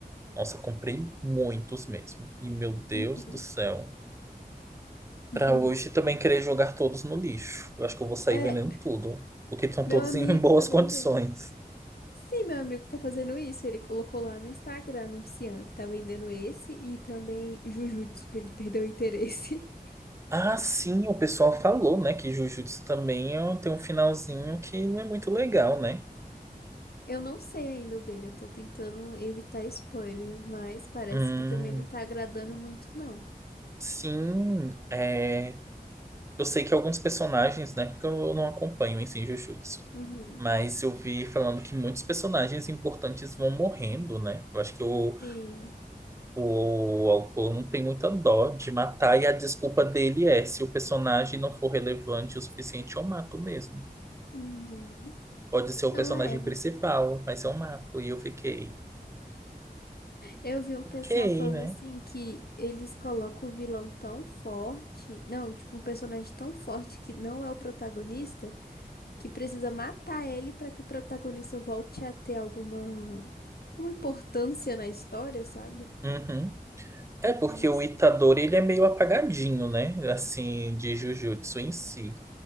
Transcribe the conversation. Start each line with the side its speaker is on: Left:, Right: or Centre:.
Right: Nossa, eu comprei muitos mesmo. E, meu Deus
Left: Uhum.
Right: do céu. Pra
Left: <laughs>
Right: hoje também querer jogar todos no lixo. Eu acho que eu vou sair
Left: É,
Right: vendendo tudo. Porque estão
Left: meu
Right: todos
Left: amigo
Right: em <laughs> boas
Left: tá vendendo.
Right: condições.
Left: Sim, meu amigo tá fazendo isso. Ele colocou lá no Instagram anunciando que tá vendendo esse e também Jujutsu, que ele perdeu o interesse.
Right: Ah, sim, o pessoal falou, né? Que Jujutsu também ó, tem um finalzinho que não é muito legal, né?
Left: <laughs> Eu não sei ainda o dele, eu tô tentando evitar spoiler, mas parece
Right: Hum,
Left: que também não tá agradando muito, não.
Right: sim, é... Eu sei que alguns personagens, né? Porque eu não acompanho em si Jujutsu.
Left: Uhum.
Right: Mas eu vi falando que muitos personagens importantes vão morrendo, né? Eu acho que o
Left: Sim.
Right: O autor não tem muita dó de matar, e a desculpa dele é: se o personagem não for relevante o suficiente, eu mato mesmo.
Left: Uhum.
Right: Pode ser o
Left: Não
Right: personagem
Left: é.
Right: principal, mas eu mato. E eu fiquei,
Left: Eu vi um
Right: ok,
Left: pessoal falando
Right: né?
Left: assim que eles colocam o vilão tão forte, não, tipo um personagem tão forte que não é o protagonista, que precisa matar ele pra que o protagonista volte a ter alguma, alguma importância na história, sabe?
Right: Uhum. É porque
Left: Não
Right: o
Left: sei.
Right: Itadori ele é meio apagadinho, né? Assim, de Jujutsu em si.